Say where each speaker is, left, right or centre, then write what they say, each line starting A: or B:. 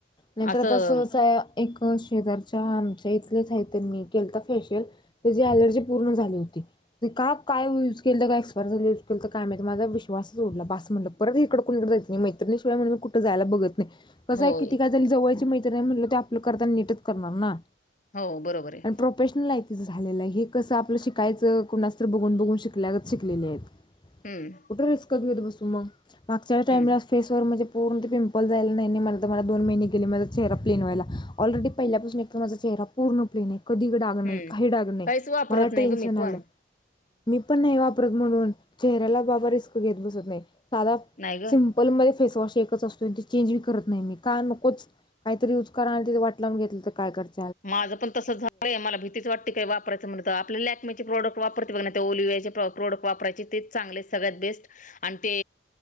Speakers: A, on the left; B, on the left.
A: नाहीतर
B: असं
A: आता सहसा एक शेजारच्या आमच्या इथलेच आहे तर मी. केलता फेशियल त्याची एलर्जी पूर्ण झाली होती का काय युज के काय एक्सयर झा काय माझ विश्वास ऊडला बस म्हटलं परत इकड क को जायच नाही मैतिय म्हण मी कुठ जायला बघ कसं
B: होय
A: आहे किती काय झाली जवळयची मैत्र नाही म्हटलं ते आपलं करताना नीटच करणार ना
B: हो बरोबर आहे
A: आणि प्रोफेशनल आहे तिच. झालेलं हे कसं आपलं शिकायच कोणाच बघून. बघून शिकल्या गत शिकलेले आहेत
B: हम्म
A: कुठ रिस्क घेऊत बसू मग मागच्या टाईमला
B: हम्म
A: फेसवर म्हणजे पूर्ण पिंपलसल जायला नाही मलात मला दोन महिने गेले माझ चेहरा प्लेन व्हायला ऑलरेडी पहिल्यापासून एक तर माझा चेहरा पूण प्लेन आहे. कधी डाग नाही
B: हम्म
A: काही डाग नाही
B: काहीच वापरत
A: मला
B: नाही
A: टेन्शन
B: ग मी पण
A: आलं. मी पण नाही वापरत, म्हणून. चेहऱ्याला बाबा रिस्क घेत बसत नाही साधा
B: नाही ग
A: सिम्पलमध्येध फेसवॉश एकच असतो तो चेंज पण करत नाही का नकोच काहीतरी यूज करा वाट लावून घेतली तर काय करता.
B: माझं पण तस झालंय मला भीतीच वाटते काय वापरायचं म्हण आपल्या प्रोडक्ट वापरते बघ ओलीवा प्रोडक्ट वापरायचे तेच चगले सगळ्यात बेस्ट आणि ते